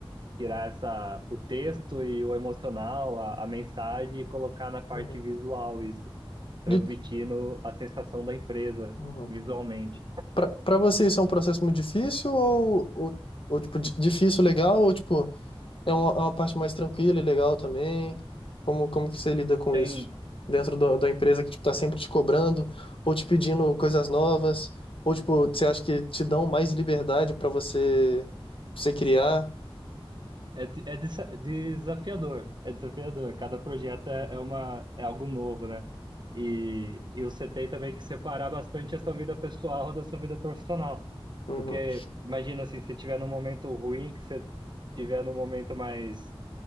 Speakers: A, on the right (about 50°); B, on the left (about 65°).
A: tirar essa, o texto e o emocional, a, a mensagem e colocar na parte
B: uhum.
A: visual isso, transmitindo
B: De,
A: a sensação da empresa
B: uhum.
A: visualmente.
B: Pra, pra você isso é um processo muito difícil ou, ou, ou tipo, di- difícil, legal, ou, tipo... É uma, é uma parte mais tranquila e legal também. Como, como que você lida com
A: Tem,
B: isso? Dentro da da empresa que, tipo, tá sempre te cobrando, ou te pedindo coisas novas, ou, tipo, você acha que te dão mais liberdade para você, pra você criar?
A: É, de- é desa- desafiador, é desafiador. Cada projeto é, é uma, é algo novo, né? E, e você tem também que separar bastante a sua vida pessoal da sua vida profissional.
B: Uhum,
A: Porque imagina assim, se você estiver num momento ruim, que você estiver num momento mais